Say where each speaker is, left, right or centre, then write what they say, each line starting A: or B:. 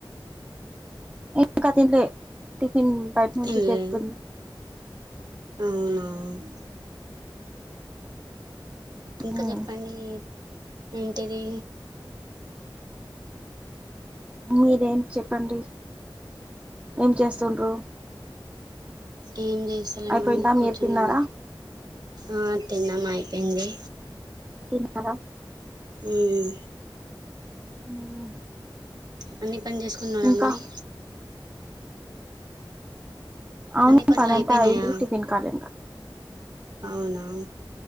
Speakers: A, on the right (about 15°); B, on the right (about 55°).
A: ఇంకా తినలే టిఫెన్ బయట నుంచి
B: తినలే
A: తెచ్చుకొని
B: అవునా ఇంకా
A: ఉమ్,
B: చెప్పండి ఏ ఏంటిది
A: మీరేం చెప్పండి ఏం చేస్తుండ్రూ
B: ఏం చేస్తలే
A: అయిపోయిందా
B: మండి కూర్చున్నాం
A: మీరు తిన్నారా
B: ఆ తిన్నాం అయిపోయింది
A: తిన్నారా
B: ఉం
A: ఉం
B: అన్నీ పని చేసుకున్నారా
A: ఇంకా
B: మరి
A: అవును
B: అన్ని పనులు
A: పనంతా
B: అయిపోయినాయా
A: అయంది టిఫిన్ కాలే ఇంకా
B: అవునా